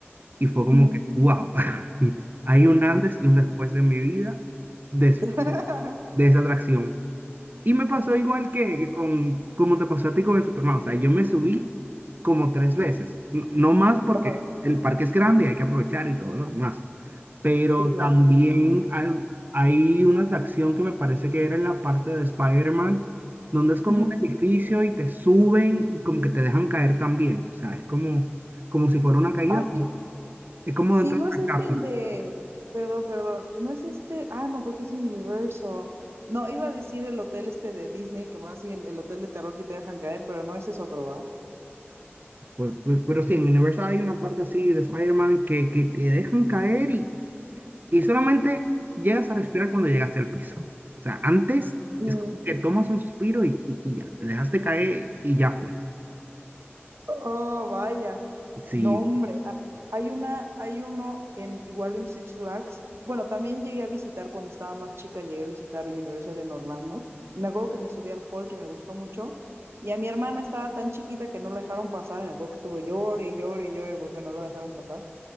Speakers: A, on the right (about 45°); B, on the right (about 70°).
A: Y fue como
B: ujú.
A: que, wow, <laughs> hay un antes y un después de mi vida después
B: <laughs>
A: de esa atracción. Y me pasó igual que, que con, como te pasó a ti con el Superman. O sea, yo me subí como tres veces. N- No más porque
B: Ajá.
A: el parque es grande y hay que aprovechar y todo lo demás. Pero
B: Sí, claro.
A: también hay, hay una atracción que me parece que era en la parte de Spider-Man, donde es como
B: Ujú.
A: un edificio y te suben y como que te dejan caer también. O sea, es como, como si fuera una caída,
B: Ah, sí.
A: pero es como
B: Sí,
A: dentro
B: no
A: de
B: es
A: una
B: este
A: cápsula.
B: el de. Perdón, perdón. No es este. Ah, no, porque es Universal. No, iba a decir el hotel este de Disney, que más bien el hotel de terror que te dejan caer, pero no, ese es otro, ¿va?
A: Pero, pero- pero sí, en Universal hay una parte así de Spider-Man que, que te dejan caer y, y solamente llegas a respirar cuando llegaste al piso. O sea, antes
B: Mm.
A: es como que tomas un suspiro y, y- y ya, te dejaste caer y ya fue.
B: Oh, vaya.
A: Sí,
B: No, hombre. Ah, Hay una, hay uno en, igual en Six Flags. Bueno, también llegué a visitar cuando estaba más chica, llegué a visitar Universal en Orlando. Me acuerdo que me subí al hall que me gustó mucho. Y a mi hermana estaba tan chiquita que no la dejaron pasar. Me acuerdo que estuvo llore, llore, llore porque no la dejaron pasar.